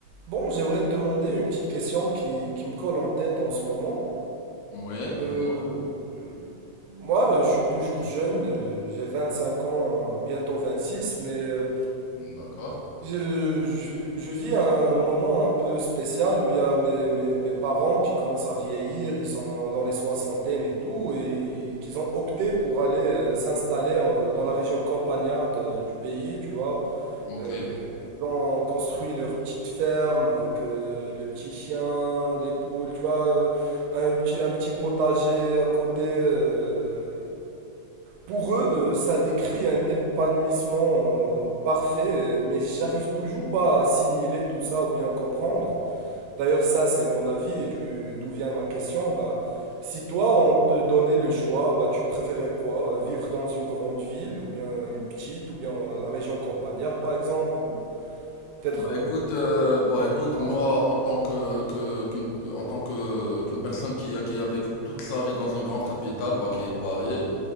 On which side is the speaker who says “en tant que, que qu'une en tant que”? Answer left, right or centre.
Left